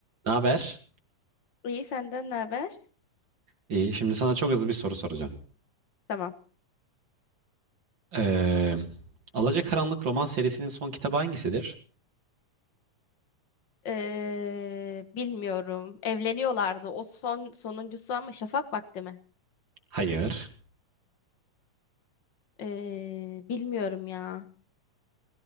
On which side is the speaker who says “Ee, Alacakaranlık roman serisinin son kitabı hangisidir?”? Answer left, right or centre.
Right